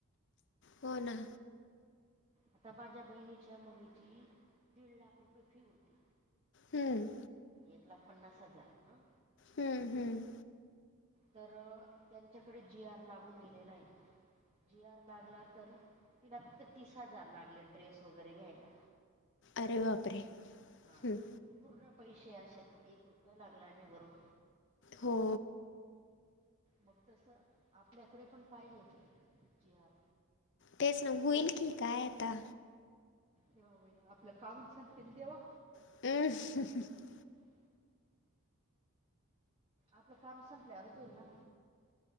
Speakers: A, on the left; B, on the right.
A: हो ना
B: आता माझ्या बहिणीच्या मुलीची दीड लाख रुपये फी होती
A: हम्म
B: एक लाख पन्नास हजार हं
A: हम्म हम्म
B: तर त्यांच्याकडे जीआर लागुन गेलेला आहे जीआर लागला तर तिला फक्त तीस हजार लागले ड्रेस वगैरे घ्यायला.
A: अरे बापरे
B: हां
A: हम्म
B: पूर्ण पैशे अशेत एक रुपय लागला आणि वरून
A: हो
B: मग तसं आपल्याकडे पण पाहिजे जी आर
A: तेच ना व्हील की काय आता.
B: केव्हा व्हील आपलं काम संपिल तेव्हा?
A: ह <unintelligible>
B: हम्म. आपलं काम संपल्यावरच होईल ना.